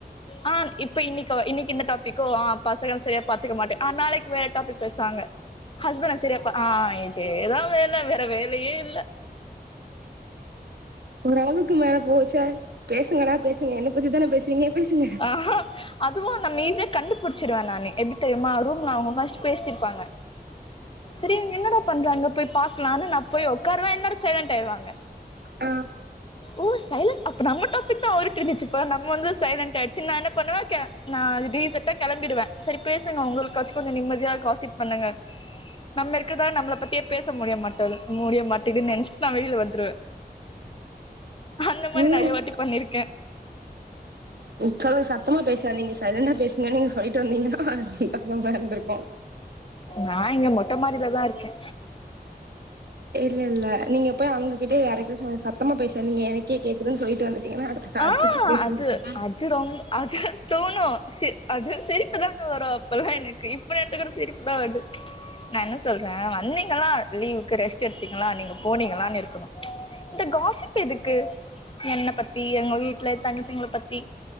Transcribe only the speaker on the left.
ஆ இப்ப இன்னைக்கு இன்னைக்கு இந்த டாபிகோ ஆ பசங்குள சரியா பாத்துக்க மாட்டே ஆ நாளைக்கு வேற டாப்பிக் பேசு வாங்க ஹ்ஸ்பன்டு சரி ஆப்பா ஆ இதா வேலை வேற வேலையே இல்ல
ஆஹா அதுவு நம்ம ஈஸியா கண்டுபிடிச்சிருடுவே நானு எப்புடி தெரியுமா ரூம்ல அவுங்க பஃஸ்ட்டு பேசிட்டு இருப்பாங்க சரி இங்க என்னடா பண்றாங்க போயி பாக்கலாம்னு நா போயி உட்கார்ருவே என்னேட சைலன்ட் ஆயிருவாங்க
ஓ சைலண்ட் அப்ப நம்ம டாபிக் தா ஓடிட்டு இருந்துச்சு அப்போ நம்ம வந்து சைலண்ட் ஆயிடுச்சு நா என்ன பண்ணுவே நா டீசட்டா கிளம்பிடுவே சரி பேசுங்க உங்களுக்காச்சும் கொஞ்ச நிம்மதியா காசிப் பண்ணுங்க நம்ம இருக்கிறதால நம்மள பத்தியே பேச முடிய மாட்ட முடிய மாட்டேதுன்னு நெனச்சிட்டு நா வெளியில வந்துருவே அந்த மாறி
நெறைய வாட்டி பண்ணிருக்கே
நா இங்க மொட்ட மாடில தா இருக்கே
ஆ
அது
அது ரொம் அது தோணு சி அது சிரிப்பு தாங்க வரும் அப்பல்லா எனக்கு இப்ப நெனச்சா கூட சிரிப்பு தா வருது நா என்ன சொல்றே வந்தீங்களா லீவுக்கு ரெஸ்ட் எடுத்தீங்ளா நீங்க போனீங்களான் இருக்கணு இந்த காசிப் எதுக்கு என்ன பத்தி எங்க வீட்ல என் தங்கச்சிங்ள பத்தி